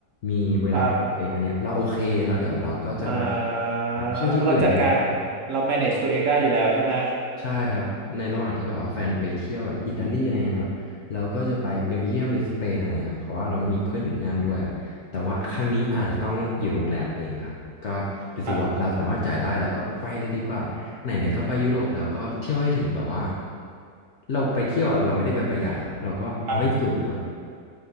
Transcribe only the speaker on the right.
ครับ อ่า
เพราะเราจัดการเรา manage ตัวเองได้อยู่แล้วใช่ไหม
ครับอ่า
ครับ